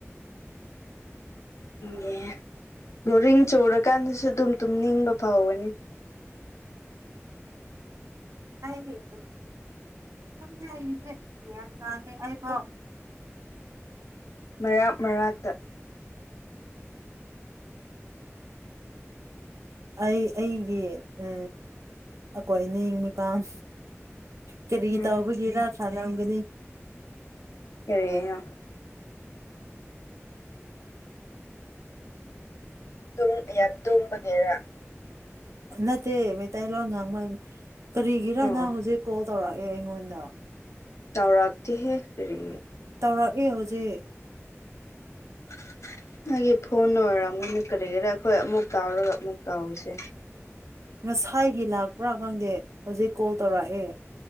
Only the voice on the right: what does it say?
ꯍꯥꯏꯒꯦꯀ ꯈꯪꯗ‌ꯦ ꯍꯌ‌ꯦꯡꯁ‌ꯦ ꯒꯌꯥꯟ ꯇꯥꯗ‌ꯦ ꯑꯩꯐꯥꯎ
ꯑꯩ ꯑꯩꯒꯤ ꯑ ꯑꯩꯈꯣꯏꯅ ꯃꯤꯄꯥꯟ ꯀꯔꯤ
ꯇꯎꯕꯒꯤꯔ ꯈꯂꯝꯒꯅꯤ
ꯅꯠꯇꯦ ꯃꯩꯇꯩꯂꯣꯟ ꯉꯥꯡꯕ ꯀꯔꯤꯒꯤꯔ
ꯅꯪ ꯍꯧꯖꯤꯛ ꯀꯣꯜ ꯇꯧꯔꯛꯑꯦ ꯑꯩꯉꯣꯟꯗ
ꯇꯧꯔꯛꯑꯦ ꯍꯧꯖꯤꯛ
ꯉꯁꯥꯏꯒꯤ ꯂꯥꯛꯄ꯭ꯔꯥ ꯈꯪꯗꯦ ꯍꯧꯖꯤꯛ ꯀꯣꯜ ꯇꯧꯔꯛꯑꯦ